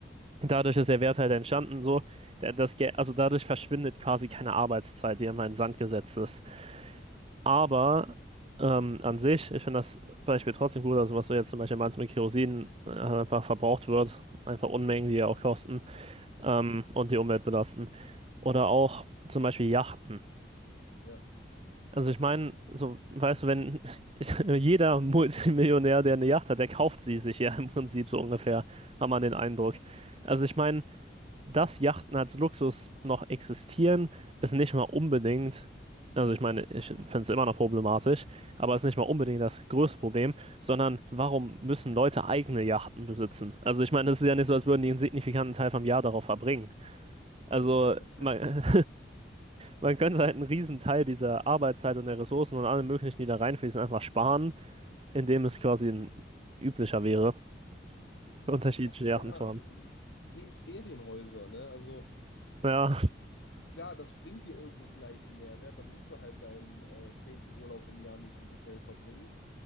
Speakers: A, on the right; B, on the left.
A: dadurch ist der Wert halt entstanden, so, der- das, Ge- also dadurch verschwindet quasi keine Arbeitszeit, die immer in den Sand gesetzt ist. Aber ähm, an sich, ich finde das Beispiel trotzdem gut, also was du jetzt zum Beispiel meinst mit Kerosin, äh, einfach verbraucht wird, einfach Unmengen, die ja auch kosten ähm,
B: Hm?
A: und die Umwelt belasten. Oder auch zum Beispiel Yachten.
B: Ja,
A: Also ich meine, so, weißt du, wenn <laughs> jeder Multimillionär, der eine Yacht hat, der kauft sie sich ja im Prinzip so ungefähr, hat man
B: ja.
A: den Eindruck. Also ich meine, dass Yachten als Luxus noch existieren, ist nicht mal unbedingt, also ich meine, ich finde es immer noch problematisch, aber ist nicht mal unbedingt das größte Problem, sondern warum müssen Leute eigene Yachten besitzen? Also ich meine, es ist ja nicht so, als würden die einen signifikanten Teil vom Jahr darauf verbringen. Also
B: Nee, <laughs>
A: man, <laughs>
B: wahrscheinlich nicht.
A: man könnte halt einen riesen Teil dieser Arbeitszeit und der Ressourcen und allem möglichen, die da reinfließen, einfach sparen, indem es quasi ein üblicher wäre, <laughs>
B: Es
A: unterschiedliche
B: braucht auch keiner
A: Yachten zu haben.
B: äh, zehn Ferienhäuser, ne? Also
A: Ja,
B: klar, das bringt dir irgendwo vielleicht einen Mehrwert, dann musst du halt deinen äh, zehnten Urlaub im Jahr nicht im Hotel verbringen.